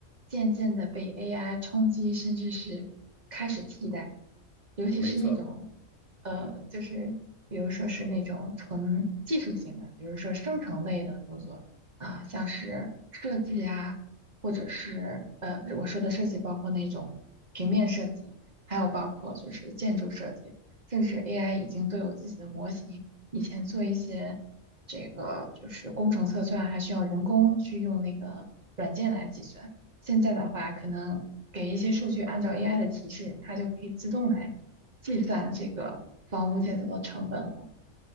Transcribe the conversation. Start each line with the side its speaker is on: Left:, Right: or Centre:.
Right: 渐渐的被 AI 冲击，甚至是开始替代，尤其是那种
Left: 没错，
Right: 呃，
Left: 嗯。
Right: 就是比如说是那种纯技术型的，比如说生成类的工作啊，像是设计啊。或者是呃，我说的设计包括那种平面设计，还有包括就是建筑设计，甚至 AI 已经都有自己的模型。以前做一些这个就是工程测算，还需要人工去用那个软件来计算。现在的话，可能给一些数据，按照 AI 的提示，它就可以自动来计算这个房屋建造的成本了。